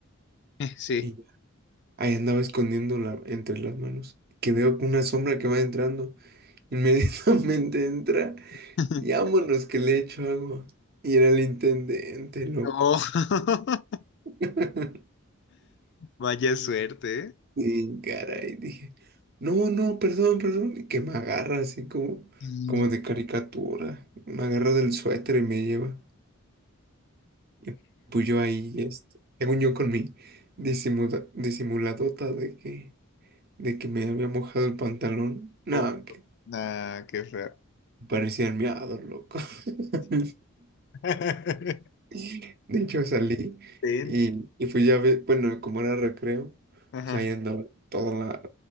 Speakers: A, on the left; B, on the right.
A: <laughs> sí.
B: Y ya, ahí andaba escondiéndola entre las manos. Que veo una sombra que va entrando. Inmediatamente <laughs> entra
A: <laughs>
B: y vámonos que le echo agua. Y era el intendente, loco.
A: Oh, <laughs>
B: <laughs>
A: vaya suerte, ¿eh?
B: Y caray, dije, no, no, perdón, perdón. Y que me agarra así como,
A: Y-
B: como de caricatura. Me agarra del suéter y me lleva. Y pues yo ahí, este, según yo con mi disimula- disimuladota de que, de que me había mojado el pantalón. Nada,
A: oh,
B: que
A: nah, qué feo.
B: parecía el miado, loco. <laughs>
A: <laughs>
B: <laughs> De hecho, salí
A: Ten.
B: y, y fui ya ver, bueno, como era recreo,
A: Ajá.
B: o sea, ahí andaba toda la,